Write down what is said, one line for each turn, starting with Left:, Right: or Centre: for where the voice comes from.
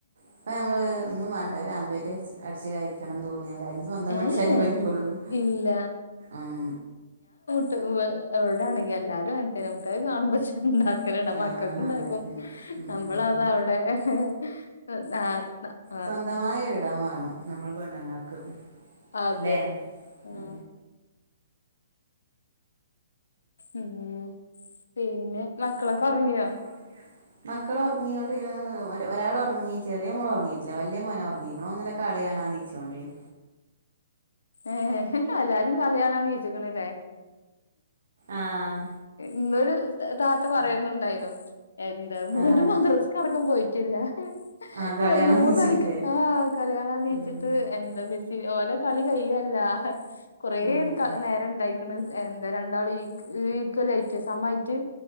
Right: ഇപ്പൊ നമ്മള് ഒന്നും വേണ്ട ഒരു ആംബ്ലേറ്റ് അടച്ച് കഴിക്കണംന്ന് തോന്നിയ എന്തലും സ്വന്തം
Left: ഏഹ്
Right: വിട്ടിലലേ പറ്റുള്ളൂ
Left: ഇല്ല
Right: ഉം
Left: <unintelligible> എവിടെ ആണെങ്കിൽ എല്ലാരും <unintelligible> അങ്ങനത്ത മുട്ട കാണും ക്ഷേ <unintelligible> പണ്ടും
Right: ആഹ്
Left: <unintelligible> മക്കൾക്ക് ഉണ്ടാക്കും
Right: അതന്നെ ഉം
Left: നമ്മളത് അവിടെ <unintelligible>
Right: സ്വന്തമായി ഒരിടം വേണം നമ്മൾ പെണ്ണ്ങ്ങാക്ക്
Left: അതെ
Right: അല്ലെ
Left: ആഹ്
Right: ഉ
Left: ഉം പിന്നെ മക്കളെ ഒറങ്ങിയോ?
Right: അ <unintelligible> <inaudible> മക്കള ഒറങ്ങിയ കൊണ്ട് ഒരാൾറങ്ങി ചെറിയ മോള ഉറങ്ങിയിട്ടില്ല വലിയ മോന ഉറങ്ങിണു ഒന് കളീ കാണാ നീച്ചോണ്ടേം
Left: ഏഹ് എല്ലാരും കളിയാണന് വിചിക്കണല്ലേ
Right: ആഹ്
Left: ഇന്നൊരു താത്ത പറയ ണ്ടായി എന്ത് മൂന്
Right: ആഹ്
Left: മദ്രസക്കടക്കും പോയിട്ടില്ല
Right: ആഹ് കളി
Left: എഹ്
Right: കാണാൻ
Left: മൂന്നണിക്ക്
Right: നീച്ചിട്ടില്ലേ
Left: ആഹ്.. കളിയാണ നീച്ചിട്ട്
Right: ഉം
Left: എന്താ ബെസി ഓലോ കളി കഴിയല്ല കൊറെ
Right: ഉം
Left: നേരം ഇണ്ടായിക്കണ് എന്താ രണ്ടാള് ഈക് ഇക്വലയിറ്റ് സമായിട്ട്